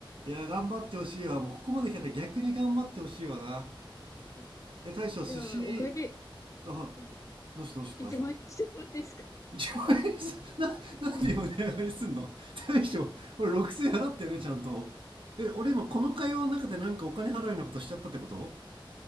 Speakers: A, on the right; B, on the left.
A: いや、頑張ってほしいわ。もうここまで来たら逆に頑張ってほしいわな。
B: あ
A: え、大将、
B: じゃあ、
A: 寿司、
B: お会計、
A: あ、
B: あ
A: どうしたどうした大将。
B: 1万円してもらっていいですか
A: 1万円にす、な、なんで今値上がりすんの大将、
B: うん
A: 俺6000円払ったよね、ちゃんと。え、俺今この会話の中でなんかお金払うようなことしちゃったってこと
B: <laughs>